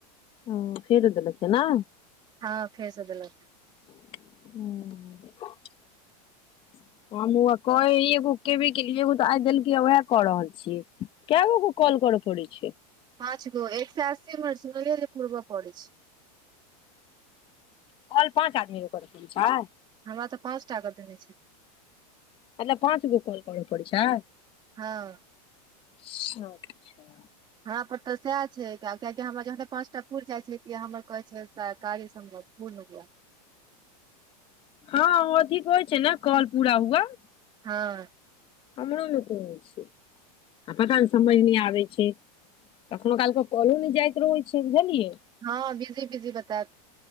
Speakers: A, on the left (about 25°); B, on the right (about 20°).
A: हूं फेर एत देेखियै नय
B: हँ फेर स देलक
A: हूं हम हुआ कये एगो केेबे केलीयै एगो तऽ आइ देलकै त उएह कऽ रहल छियै केऽगो क काॅल कर पड़ै छै
B: पांच गो एकसै अस्सी मीनट सुनलियै नय पूर्व पड़ै छै
A: काॅल पाँच आदमी मे करय परै छै
B: हमरा तऽ पाँच टा के देने छै
A: मतलब पाँच गो कॉल कर पड़ै छै
B: हँ
A: अच्छा अच्छा
B: हमरा पर तऽ सएह छै कियाकि हमरा जहाँ त पाँचटा पूर जाइ छै कि हमर कहै छै सर कार्य सम्पन <unintelligible>
A: हँ ओथीक होइ छै ने काॅल पूरा हुआ
B: हँ
A: हमरो मे कोई नय छै आ पता नय समझ नय आबै छै कखनो काल क काॅलो नय जाइत रहै छै बुझलियै
B: हँ बिजी बिजी बतेत